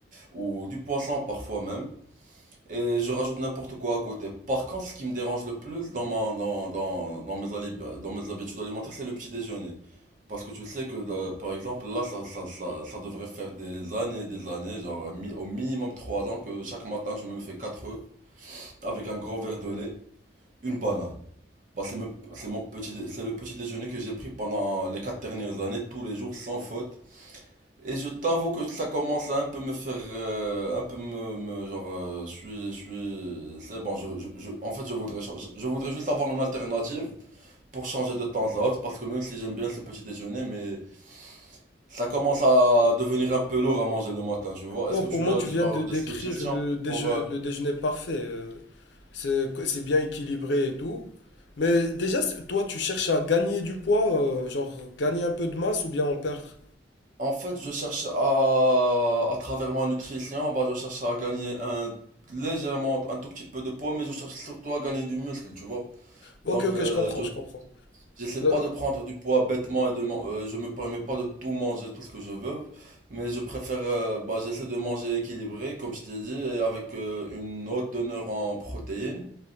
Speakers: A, on the right; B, on the left.
A: ou du poisson parfois même. et je rajoute n'importe quoi à côté. Par contre, ce qui me dérange le plus dans, ma- dans, dans, dans mes, ali- dans mes habitudes alimentaires, c'est le petit déjeuner. Parce que tu sais que, euh, par exemple, là, ça, ça, ça, ça devrait faire des années des années, genre mi- au minimum 3 ans, que chaque matin, je me fais 4 œufs avec un gros verre de lait, une banane. Bah, c'est me- c'est mon petit, dé- c'est le petit déjeuner que j'ai pris pendant les 4 dernières années, tous les jours, sans faute. Et je t'avoue que ça commence à un peu me faire, euh, un peu me, me- genre, euh, je suis, je suis, c'est bon, je, je, je- en fait, je voudrais, cha- je voudrais juste avoir une alternative pour changer de temps à autre, parce que même si j'aime bien ce petit déjeuner, mais ça commence à devenir un peu lourd à manger le matin, tu vois.
B: Non,
A: Est-ce que
B: pour
A: tu
B: moi,
A: as
B: tu
A: des-
B: viens
A: genre
B: de décrire
A: des suggestions
B: le, déje-
A: pour, euh,
B: le déjeuner parfait. euh, C'est, c'est bien équilibré et tout. Mais déjà, c'est- toi, tu cherches à gagner du poids, euh, genre gagner un peu de masse ou bien en perdre.
A: en fait, je cherche à, à travers ma nutrition, bah, je cherche à gagner un légèrement, un tout petit peu de poids, mais je cherche surtout à gagner du muscle, tu vois.
B: Ok,
A: Donc,
B: ok,
A: euh,
B: je comprends,
A: je
B: je comprends.
A: J'essaie
B: Euh,
A: pas de prendre du poids bêtement et de man- euh, je me permets pas de tout manger, tout ce que je veux, mais je préfère, euh, bah, j'essaie de manger équilibré, comme je t'ai dit, et avec euh, une haute teneur en protéines.